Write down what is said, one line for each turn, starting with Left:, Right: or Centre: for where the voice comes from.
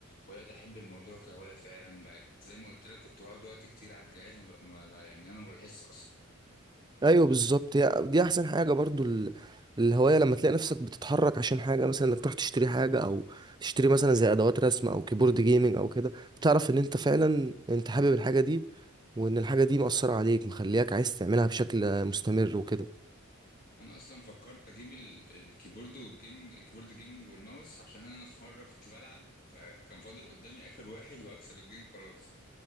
Left: وبدات احب الموضوع كهوايه فعلا بقت زي ما قلت لك كنت بقعد وقت كتير على الجهاز ما ب... ما ب... يعني انا ما بحس اصلا
Right: ايوه بالظبط هي دي احسن حاجه برضو ال- الهوايه لما تلاقي نفسك بتتحرك عشان حاجه مثلا انك تروح تشتري حاجه او تشتري مثلا زي ادوات رسم او كيبورد جيمنج او كده تعرف ان انت فعلا انت حابب الحاجه دي وان الحاجه دي مأثره عليك مخلياك عايز تعملها بشكل مستمر وكده
Left: انا اصلا فكرت اجيب ال... الكيبورد والجيمنج الكيبورد جيمنج والماوس عشان انا في مره كنت بلعب فكان فاضل قدامي اخر واحد وهكسب الجيم خلاص